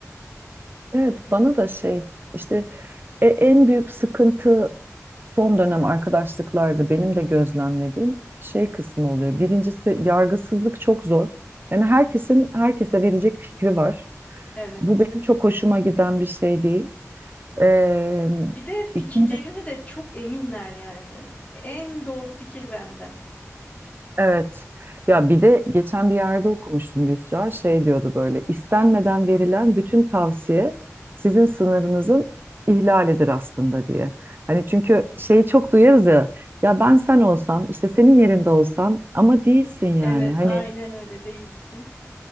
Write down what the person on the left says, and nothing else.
Evet.
Bir de fikirlerini
de çok eminler yani. En doğru fikir bende.
Evet,
aynen öyle değilsin.